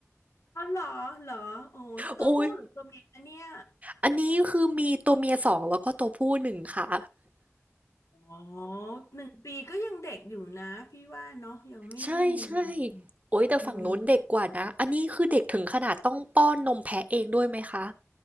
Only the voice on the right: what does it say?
โอ้ยอันนี้คือมีตัวเมียสองแล้วก็ตัวผู้หนึ่งค่ะ
ใช่ใช่
โอ้ยแต่ฝั่งนู้นเด็กกว่านะอันนี้คือเด็กถึงขนาดต้องป้อนนมแพะเองด้วยไหมคะ